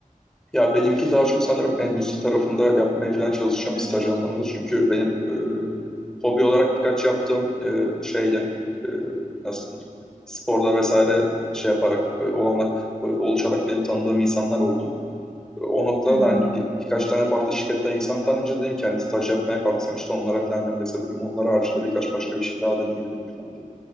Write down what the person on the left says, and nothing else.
Hı
hı.
Hı hı.